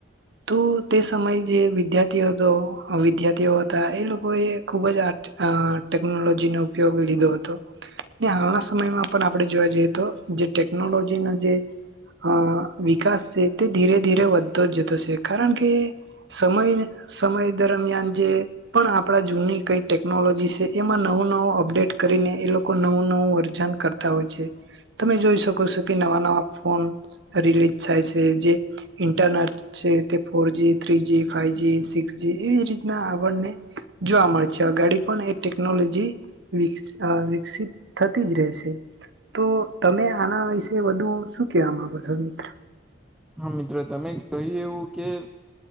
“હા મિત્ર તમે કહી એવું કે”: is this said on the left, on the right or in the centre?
Centre